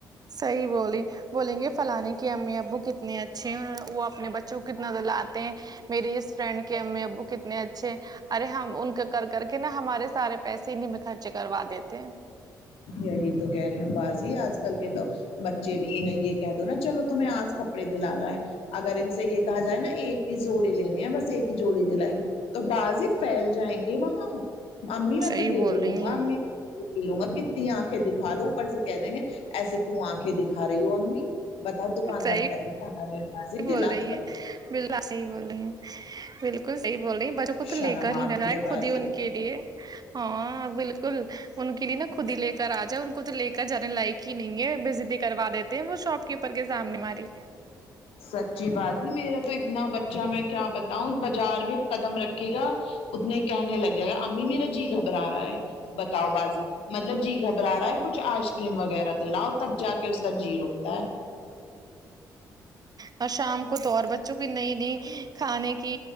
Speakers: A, on the right (about 40°); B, on the left (about 65°).
A: صحیح بولی بولیں گے فلانی کی امی اب وہ کتنے اچھے ہیں وہ اپنے بچوں کو کتنا دلاتے ہیں میری اس فرینڈ کے امی ابو کتنے اچھے ہے ارے ہم ان کے کر کر کے نا ہمارے سارے پیسے انہیں میں خرچ کروا دیتے ہیں
B: یہی تو کہہ رہی ہوں بازی آج کل کے تو بچے بھی انہیں یہ کہہ دو نا چلو اج تمہیں کپڑے دلا لایں اگر ان سے یہ کہا جائے نا ایک ہی جوڑی لینے ہیں بس ایک ہی جوڑی دلائیں تو بازی پھیل جائیں گے وہاں امی میں
A: صحیح
B: تو یہ
A: بول
B: بھی
A: رہی
B: لوں گا
A: ہیں
B: امی لوں کتنی آنکھیں دکھا لو اوپر سے کہہ دیں گے ایسے کیوں آنکھیں دکھا رہی ہو اممی بتاؤ دکاندار
A: صحیح
B: کیہ رہا ہمارے بازی
A: بول
B: دلا
A: رہی
B: دو با
A: ہیں بالکل صحیح بول رہی ہیں بلکل اپ سہی بول رہی ہیں بلکل سہی بولراہی بچوں کو تو
B: شرم
A: لے کر ہی
B: آتی
A: نہ جائے
B: ہے
A: خود
B: بازی
A: ہی ان کی کے لیے ہاں بلکل ان کے لیے نا خود ہی لے کر آ جائے ان کو تو لے کر جانے لائق کی نہیں ہے بےعزتی کروا دیتے ہیں وہ شاپ کیپر کے سامنے ہماری
B: سچی بازی میرا تو اتنا بچہ میں کیا با تا ہوں باجار میں قدم رکھکے جاؤ اتنے کہنے لگۓ امی میرا جی گھبرا رہا ہے بتاؤ بازی مطلب جی گھبرا رہا ہے کچھ آئس کریم وغیرہ دلااؤ تب جا کے اس کا جی رکتا ہے
A: اور شام کو تو اور بچوں کی نئی نئی کھانے کی